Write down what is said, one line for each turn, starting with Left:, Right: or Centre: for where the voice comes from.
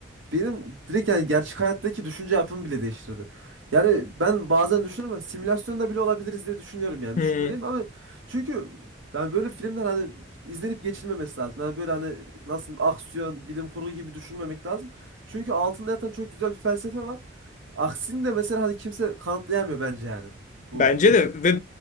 Right: benim direkt yani gerçek hayattaki düşünce yapımı bile değiştirdi. Yani ben bazen düşünüyorum ama simülasyonda bile olabiliriz diye düşünüyorum yani.
Left: Hı.
Right: Düşünmüyor değilim ama çünkü ben böyle filmler hani izlenip geçilmemesi lazım. Yani böyle hani nasıl diyeyim aksiyon, bilim kurgu gibi düşünmemek lazım. Çünkü altında yatan çok güzel bir felsefe var. Aksini de mesela hani kimse kanıtlayamıyor bence yani. Bu
Left: Bence
Right: Matrix.
Left: de ve